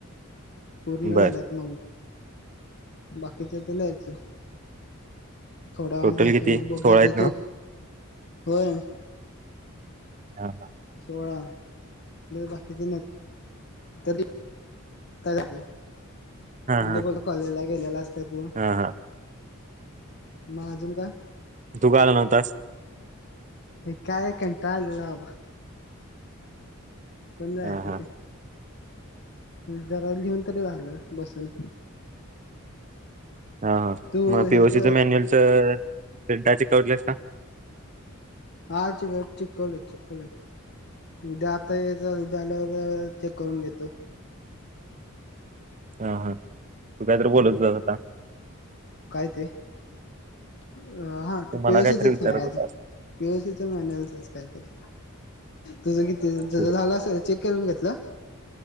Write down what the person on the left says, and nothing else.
पूर्ण
झाल्यात नऊ बाकीच्या आता लिहायचं. थोडा
व घयच
बघ
गाज
यतो
होय.
सोळा बाकीच त का आहे.
म्हणजे
कॉलेजला गेलेलास का तू
मग अजून काय?
एक काय कटा आलेला बाबा कोण जायचं
ते जरा लिऊन तरी झालं बसून
तू
हेच
हा चिटकवले चिटकले उद्या आता याचा उद्या आल्यावर चेक करून घेतो.
हा
काय ते अ हा
ते
पेवशीचच
सग
पीसी मॅन कायतरी तुझं किती ज
झालं अस चेक करून घेतलं